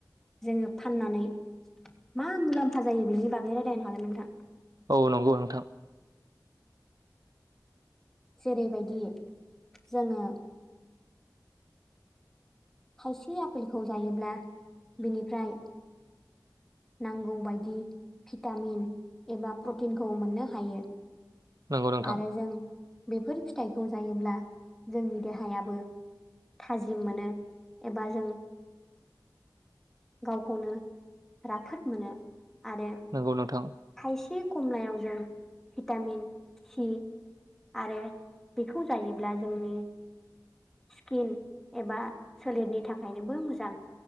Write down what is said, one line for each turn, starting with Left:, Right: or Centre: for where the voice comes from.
Centre: जोङो फाननानै मा मुलाम्फा जायो बेनि बागै राय्लायनो हागोन नोंथां।
Right: औ नंगौ नोंथां
Centre: जेरैबायदि जोङो खायसे आफेलखौ जायोब्ला बिनिफ्राय नांगौ बायदि भिटामिन एबा प्रटिनखौ मोननो हायो।
Right: नंगौ नोंथां
Centre: आरो जों बेफोर फिथाइखौ जायोब्ला जोंनि देहायाबो थाजिम मोनो एबा जों गावखौनो राफोद मोनो। आरो
Right: नंगौ नोंथां
Centre: थायसे खमलायाव जों भिटामिन सि आरो बेखौ जायोब्ला जोंनि स्किन एबा सोलेरनि थाखायनोबो मोजां।